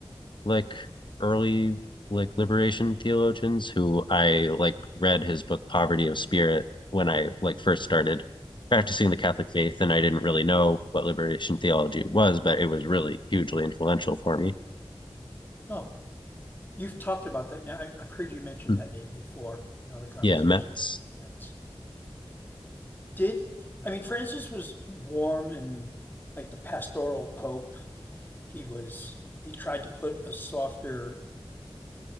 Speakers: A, on the left; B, on the left.
A: like early like liberation theologians who I like read his book Poverty of Spirit when I like first started practicing the Catholic faith and I didn't really know what liberation theology was, but it was really hugely influential for me.
B: Oh, you've talked about that now. I've, I've heard you mention
A: Mm.
B: that name before in other conversations.
A: Yeah, Metz.
B: That's did I mean Francis was warm and like the pastoral pope he was he tried to put a softer